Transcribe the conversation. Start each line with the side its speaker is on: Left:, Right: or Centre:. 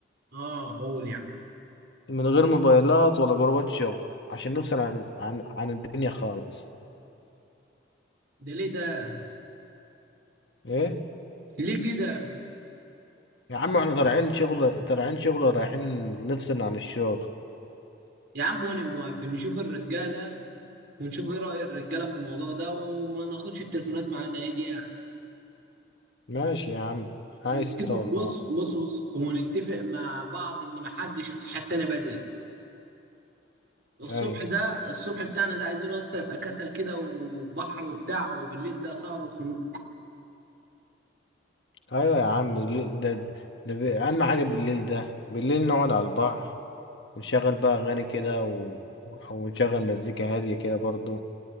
Right: آه قول يا عم
Left: من غير موبايلات ولا جروبات شغل عشان نفصل عن عن عن الدنيا خالص
Right: ده ليه ده
Left: ايه
Right: ليه كده
Left: يا عم احنا طالعين شغل طالعين شغل رايحين نفصل عن الشغل
Right: يا عم وانا موافق نشوف الرجاله ونشوف ايه رأي الرجاله في الموضوع ده وما ناخدش التليفونات معانا ايه دي يعني
Left: ماشي يا عم
Right: ونتفق
Left: عايز كده والله
Right: بص بص بص ونتفق مع بعض ان محدش يصحي التاني بدري الصبح
Left: ايوه
Right: ده الصبح بتاعنا ده عايزينه يا اسطى يبقى كسل كده وبحر وبتاع وبالليل ده سهر وخروج
Left: ايوه يا عم ليه- ده ده بي- اهم حاجة بالليل ده بالليل نقعد على البحر ونشغل بقى أغاني كده و... أو نشغل مزيكا هادية كده برضو